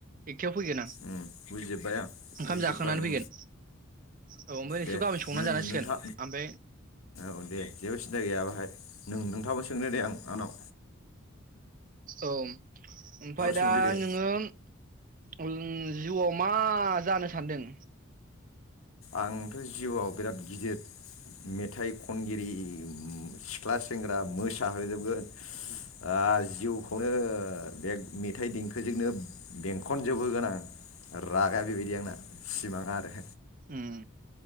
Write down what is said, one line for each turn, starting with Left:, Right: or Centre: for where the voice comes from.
Right: एकथायाव फैगोन आं
Left: उम बुजिजोबबाय आं
Right: ओंखाम
Left: बुजिजोबबाय
Right: जाखांनानै
Left: ओ
Right: फैगोन औ ओमफ्राय नोंसोर
Left: दे
Right: गाबोन संनानै
Left: नो-नो-
Right: जानांसिगोन
Left: नोंथा
Right: ओमफ्राय
Left: औ दे जेबो सिन्था गैया बाहाय। नों नोंथांङाबो सोंनो दे आं आनाव
Right: औम। ओमफाय दा
Left: सोंदो दे
Right: नोङो उम जिउआव मा जानो सानदों?
Left: आंथ' जिउआव बिराद गिदिर मेथाइ खनगिरि सिख्ला सेंग्रा दा मोसाहोजोबगोन आ जिउखौनो बे मेथाइ देंखोजोंनो बेंखनजोबहोगोन आं रागा बेबायदि आंना सिमाङा आरो।
Right: उम